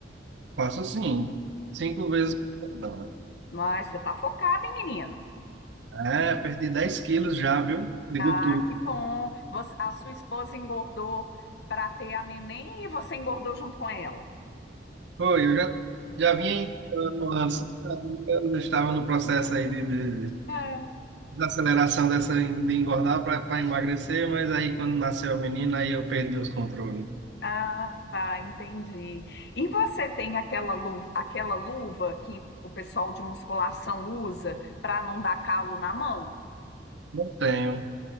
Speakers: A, on the right (about 70°); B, on the left (about 60°).
A: Faço assim, cinco vezes. por semana.
B: Mas você tá focada, hein, menino?
A: É, perdi 10 quilos já, viu? De
B: Ah,
A: gordura.
B: que bom. Você- a sua esposa engordou para ter a neném e você engordou junto com ela.
A: Foi, eu já, já vinha encontrando antes, eu estava no processo aí de, de, de
B: Ah,
A: desaceleração dessa, en- de engordar para emagrecer, mas aí quando nasceu a menina, aí eu perdi os controles.
B: ah, tá, entendi. E você tem aquela luva, aquela luva que o pessoal de musculação usa para não dar calo na mão?
A: Não tenho.